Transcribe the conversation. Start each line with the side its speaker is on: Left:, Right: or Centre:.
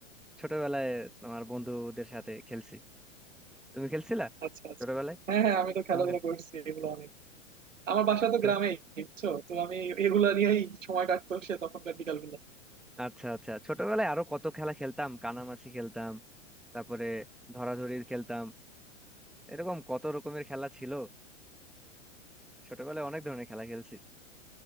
Centre: ছোটবেলায় আমার বন্ধুদের সাথে খেলছি তুমি খেলছিলা
Right: আচ্ছা আচ্ছা
Centre: ছোটবেলায়
Right: হ্যাঁ হ্যাঁ আমি তো খেলাধুলা
Centre: তোমার খেল-
Right: করছি এগুলো অনেক আমার বাসা তো
Centre: তো
Right: গ্রামে বুঝছো তো আমি এগুলা নিয়েই সময় কাটতো সে তখনকার বিকাল গুলা
Centre: আচ্ছা আচ্ছা ছোটবেলায় আরো কত খেলা খেলতাম কানামাছি খেলতাম তারপরে ধরাধরি খেলতাম এরকম কত রকমের খেলা ছিল ছোটবেলায় অনেক ধরনের খেলা খেলছি